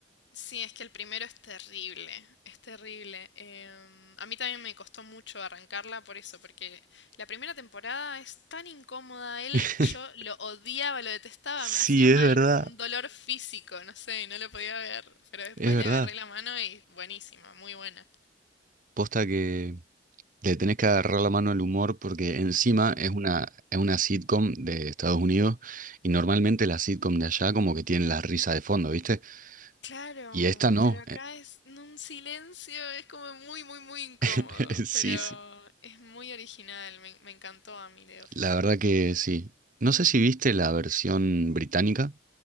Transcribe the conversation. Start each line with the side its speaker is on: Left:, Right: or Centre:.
Left: Sí, es que el primero es terrible, es terrible. Em, a mí también me costó mucho arrancarla por eso, porque la primera temporada es tan incómoda. Él,
Right: <laughs>
Left: yo lo odiaba, lo detestaba,
Right: Sí,
Left: me hacía mal,
Right: es verdad,
Left: como un dolor físico, no sé, no lo podía ver. Pero después
Right: es verdad.
Left: le agarré la mano y buenísima, muy buena.
Right: Posta que le tenés que agarrar la mano al humor porque encima es una, es una sitcom de Estados Unidos y normalmente las sitcom de allá como que tienen la risa de fondo, ¿viste?
Left: Claro,
Right: Y esta no.
Left: pero acá es en un silencio, es como muy, muy, muy incómodo.
Right: <laughs> Sí,
Left: Pero
Right: sí.
Left: es muy original, me, me encantó a mí The Office.
Right: La verdad que sí. No sé si viste la versión británica.